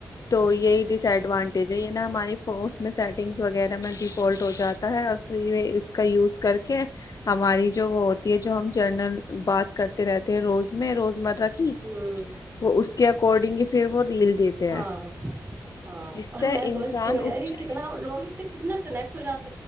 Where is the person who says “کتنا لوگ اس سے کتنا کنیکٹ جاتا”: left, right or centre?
Right